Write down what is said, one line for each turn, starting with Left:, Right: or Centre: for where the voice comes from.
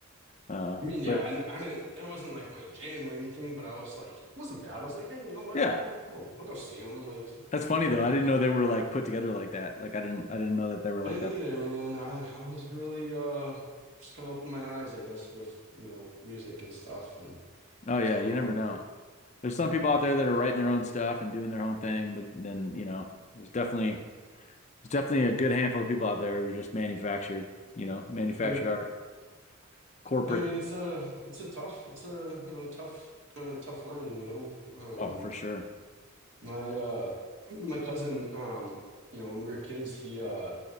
Left: Uh,
Right: I mean,
Left: but
Right: yeah, I, I didn't. It wasn't like my jam or anything, but I was like, it wasn't bad. I was like, hey, you know what?
Left: yeah,
Right: You know, I'll, I'll go see him. Like, you
Left: that's funny
Right: know,
Left: though.
Right: I don't
Left: I didn't
Right: know.
Left: know they were like put together like that. Like I didn't, I didn't know that they were like
Right: I didn't
Left: that.
Right: either, man. I I was really uh just kind of opened my eyes, I guess, with you know music and stuff, and
Left: Oh yeah,
Right: it's kind
Left: you
Right: of
Left: never know.
Right: like,
Left: There's some people
Right: you know,
Left: out there that are writing their own stuff and doing their own thing, but then you know, there's definitely, there's definitely a good handful of people out there who just manufactured, you know, manufactured
Right: yeah.
Left: art. corporate.
Right: I mean, it's a it's a tough it's a you know tough kind of tough line, you know. Um,
Left: Oh, for sure.
Right: My uh <clears throat> my cousin, um, you know, when we were kids, he uh